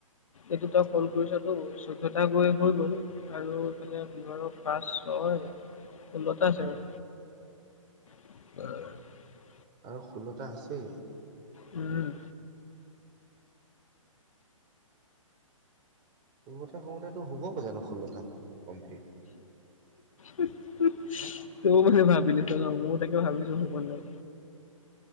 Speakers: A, on the left; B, on the right.
A: এইটো তই কল কৰিছ হৈ গল, চৈধ্যটা কৰি হৈ গ'ল। আৰু ইফালে আপোনাৰ পাঁচ ছয় ষোল্লটা আছে আৰু <inaudible>
B: আৰু ষোল্লটা আছে?
A: উম,
B: ষোল্লটা কৰোঁতেইটো হ'বগে জানো ষোল্লটা? কমপ্লিট
A: <inaudible>
B: হা
A: তয়ো মানে ভাবিলি, ময়ো তাকে ভাবিছোঁ হব নে নাই।